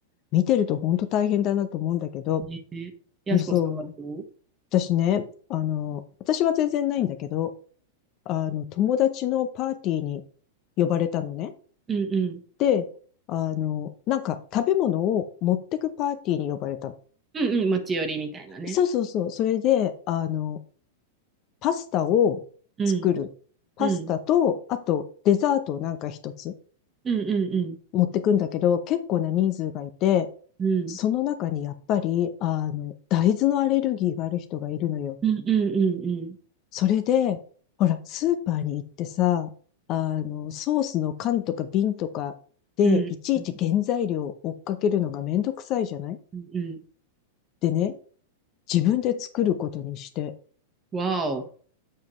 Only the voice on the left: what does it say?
見てると本当大変だなと思うんだけど、
そう。私ね、あの、私は全然ないんだけど、あの、友達のパーティーに呼ばれたのね。
で、あの、なんか食べ物を持ってくパーティーに呼ばれたの。
そうそうそう。それで、あの、パスタを作る。
パスタと、
あとデザートをなんか一つ
持ってくんだけど、結構な人数がいて、
その中にやっぱり、あの、大豆のアレルギーがある人がいるのよ。
それで、ほら、スーパーに行ってさ、あの、ソースの缶とか瓶とかで、
いちいち原材料を追っかけるのがめんどくさいじゃない
でね、自分で作ることにして、